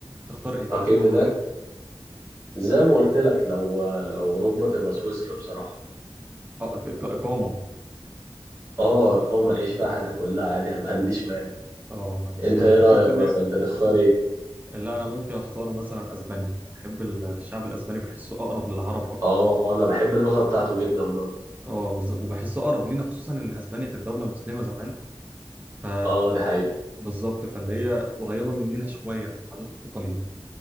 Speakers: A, on the right (about 15°); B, on the right (about 30°).
A: تختار ايه
B: أقيم هناك زي ما قلت لك لو لو أوروبا تبقى سويسرا بصراحة
A: آه، إق- اقامه
B: اه اقامة أعيش فيها حياتي كلها عادي <laughs> ما عنديش مانع
A: اه ماشي
B: أنت
A: انا
B: إيه
A: افتكرت
B: رأيك
A: ان
B: مثلا أنت تختار إيه؟
A: لا انا ممكن اختار مثلا اسبانيا بحب الشعب الاسباني بحسه اقرب للعرب اكتر
B: اه أنا بحب اللغة بتاعته جدا برضه
A: اه بالز- وبحسه اقرب لينا خصوصا ان اسبانيا كانت دوله مسلمه زمان ف
B: اه دي حقيقة
A: بالظبط فاللي هي قريبه مننا شويه في العادات والتقاليد